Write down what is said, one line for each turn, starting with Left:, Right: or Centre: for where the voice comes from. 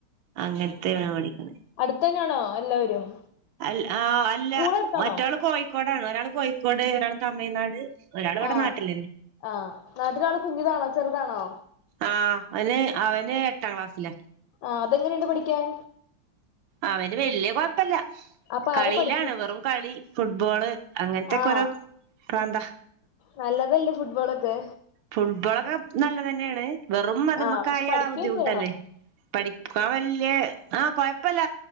Right: അങ്ങനത്തെ വേണ പഠിക്കുന്നത്
Left: അടുത്തതന്നെയാണോ എല്ലാവരും
Right: അഹ് ആഹ് അല്ല
Left: സ്കൂൾ അടുത്താണോ
Right: മറ്റാള് കോഴിക്കോടാണ് ഒരാൾ കോഴിക്കോട് ഒരാൾ തമിഴ്നാട് ഒരാള് ഇവിടെ
Left: ആഹ്
Right: നാട്ടിലന്നെ
Left: ആഹ് നാട്ടിനാള കുഞ്ഞിതാണോ ചെറുതാണോ
Right: ആ അവന് അവന് എട്ടാം ക്ലാസ്സിലെ
Left: ആ അതെങ്ങനെയുണ്ട് പഠിക്കാൻ
Right: അവന് വല്യ കൊഴപ്പല്ല
Left: അപ്പൊ
Right: കളിയിലാണ്
Left: ആരാ പഠിപ്പി
Right: വെറും കളി ഫുട്ബോള് അങ്ങനത്തൊക്കെ
Left: ആഹ്
Right: ഓരോ പ്രാന്താ
Left: നല്ലതല്ലേ ഫുട്ബോളൊക്കെ
Right: ഫുട്ബോളൊക്കെ നല്ലത്തന്നെയാണ് വെറും അതമൊക്കെ
Left: ആഹ് പക്ഷെ
Right: ആയ
Left: പഠിക്കുകയും
Right: ബുദ്ധിമുട്ടല്ലേ
Left: ചെയ്യണം
Right: പഠിക്ക വല്ലേ ആഹ് കൊഴപ്പല്ല